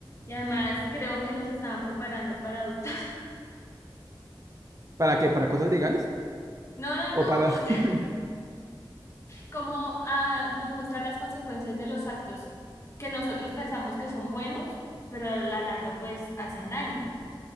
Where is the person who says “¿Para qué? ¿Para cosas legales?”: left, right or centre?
Right